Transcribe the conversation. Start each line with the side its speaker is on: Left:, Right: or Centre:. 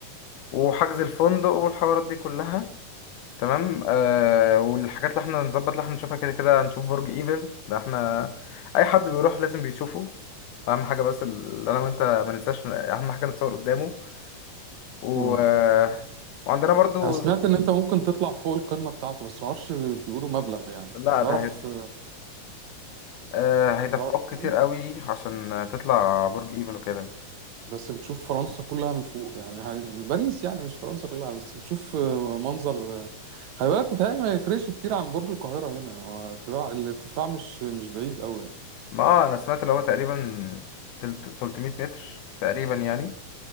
Left: وحجز الفندق والحوارات دي كلها تمام آه والحاجات اللي احنا نظبط اللي احنا نشوفها كده كده هنشوف برج ايفل ده احنا اي حد بيروح لازم بيشوفه اهم حاجه بس اللي انا وانت ما ننساش اهم حاجه نتصور قدامه و...
Right: مم.
Left: آه وعندنا برضو
Right: انا سمعت ان انت ممكن تطلع فوق القمة بتاعته بس معرفش بيقولوا مبلغ يعني
Left: لا
Right: تعرف
Left: ده هي... آه هيدفعوك
Right: تعرف كام
Left: كتير قوي عشان تطلع برج ايفل وكده
Right: بس بتشوف فرنسا كلها من فوق يعني ه- باريس يعني مش فرنسا كلها بس بتشوف منظر خلي بالك متهيألي ما يفرقش كتير عن برج القاهرة هنا هو ارتفاع الارتفاع مش مش بعيد قوي يعني
Left: ما آه، انا سمعت اللي هو تقريبا تلت- 300 متر تقريبا يعني